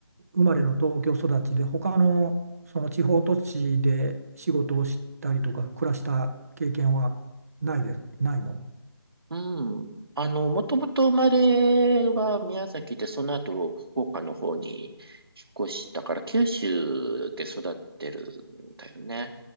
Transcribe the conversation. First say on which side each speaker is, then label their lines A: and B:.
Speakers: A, on the right; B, on the right.
A: 生まれの東京育ちで、他のその地方都市で仕事をしたりとか暮らした経験はないで、ないの、
B: うん。あの、もともと生まれは宮崎で、その後福岡の方に引っ越したから、九州で育ってるんだよね。